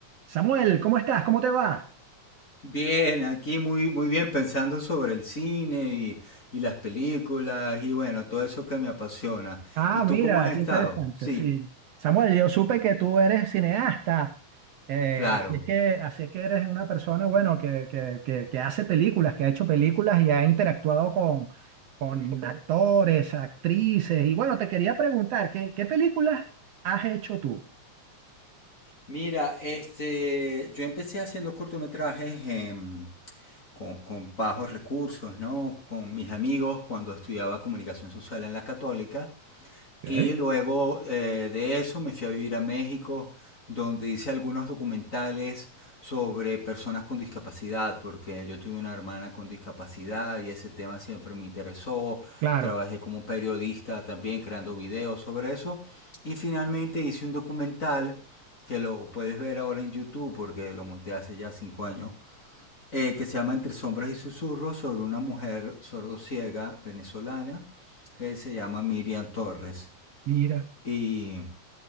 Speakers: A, on the right (about 70°); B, on the left (about 30°).
A: Samuel, ¿cómo estás? ¿Cómo te va?
B: Bien, aquí muy, muy bien pensando sobre el cine y, y las películas y bueno, todo eso que me apasiona.
A: Ah,
B: ¿Y tú
A: mira,
B: cómo has estado?
A: qué interesante,
B: Sí,
A: sí. Samuel, yo supe que tú eres cineasta, eh,
B: claro.
A: así es que, así es que eres una persona, bueno, que, que, que, que hace películas, que ha hecho películas y ha interactuado con, con actores, actrices. Y bueno, te quería preguntar, ¿qué, qué películas has hecho tú?
B: Mira, este, yo empecé haciendo cortometrajes em, con, con bajos recursos, ¿no? Con mis amigos cuando estudiaba comunicación social en la Católica.
A: Ok,
B: Y luego eh, de eso me fui a vivir a México, donde hice algunos documentales sobre personas con discapacidad, porque yo tuve una hermana con discapacidad y ese tema siempre me interesó.
A: Claro,
B: Trabajé como periodista también creando videos sobre eso. Y finalmente hice un documental que lo puedes ver ahora en YouTube porque lo monté hace ya cinco años, eh, que se llama Entre Sombras y Susurros sobre una mujer sordociega venezolana que se llama Miriam Torres.
A: mira,
B: Y,